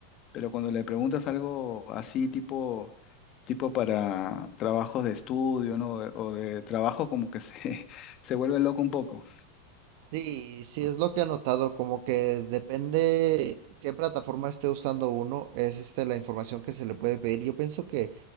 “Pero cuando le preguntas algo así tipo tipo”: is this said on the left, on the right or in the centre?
Left